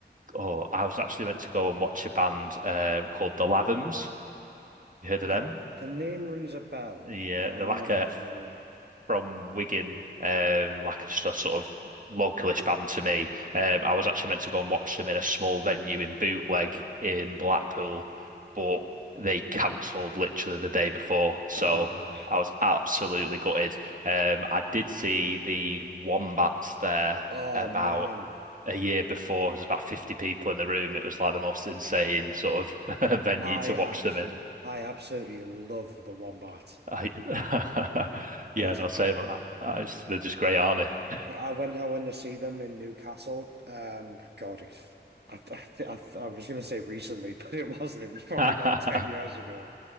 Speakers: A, on the right; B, on the right.
A: Oh, I was actually meant to go and watch a band um, called The Lathams. You heard
B: The
A: of them?
B: the name rings a bell,
A: Yeah,
B: but
A: they're
B: I'm
A: like
B: not
A: a
B: that familiar.
A: from Wigan, um, like just a sort of localish band to me. Um, I was actually meant to go and watch them in a small venue in Bootleg in Blackpool, but they cancelled literally the day before. So
B: Ah.
A: I was absolutely gutted. Um, I did see the Wombats there
B: Oh
A: about
B: man,
A: a year before. There was about 50 people in the room. It was like the most insane sort of <laughs> venue
B: I
A: to
B: abs
A: watch them in.
B: I absolutely love the Wombat.
A: I, <laughs> yeah,
B: It's
A: no, same. I, I, it's- they're just great, aren't they?
B: I went I went to see them in Newcastle. Um, God, it's- I I, th I th I was gonna say recently, <laughs> but it wasn't. It was probably
A: <laughs>
B: about ten years ago.